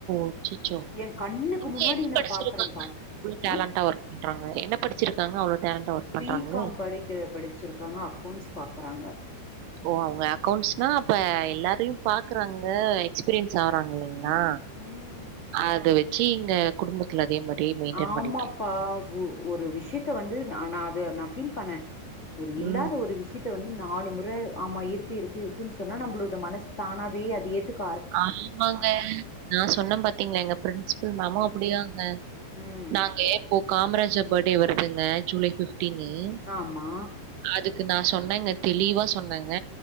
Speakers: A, on the right; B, on the left.
A: அச்சச்சோ
B: எ கண்ணுக்கு
A: இங்க
B: முன்னாடி
A: எதே
B: நா
A: படிச்சிருக்காங்க
B: பாக்குறேன்ப்பா
A: இவ்ளோ டேலண்டா
B: ஆ
A: ஒர்க் பண்றாங்க என்ன படிச்சிருக்காங்க அவ்ளோ டேலண்டா ஒர்க்
B: பி
A: பண்றாங்களே!
B: காம் படிக்க ‌ படிச்சிருக்காங்க அக்கௌன்ஸ் பாக்குறாங்க
A: ஓ அவுங்க அக்கௌண்ட்ஸ்னா அப்ப எல்லாரையு பாக்குறாங்க எக்ஸ்பீரியன் சாறாங்க இல்லிங்களா
B: ம் ம்
A: அத வெச்சி இங்க குடும்பத்துல அதே மாரி மெயின்டெயின்
B: ஆமாப்பா
A: பண்ணிட்டு இருக்
B: ஒரு விஷியத்த வந்து நா அது நா ஃபீல் பண்ணே ஒரு இல்லாத
A: ம்.
B: ஒரு விஷியத்த வந்து நாளு ‌முற ஆமா இருக்கு இருக்கு இருக்குன்னு ‌ சொன்னா நம்மளோட மனசு தானாவே அது ஏத்துக்
A: ஆமாங்க நா சொன்ன பாத்தீங்களா எங்க பிரின்சிபல் மேமும்
B: ம்
A: அப்டிதாங்க
B: ம்
A: நாங்கே இப்போ காமராஜர் பர்த்டே வருதுங்க ஜுலை பிஃப் டீனி அப்டின்னு
B: ஆமா
A: அதுக்கு நா சொன்னேங்க தெளிவா சொன்னங்க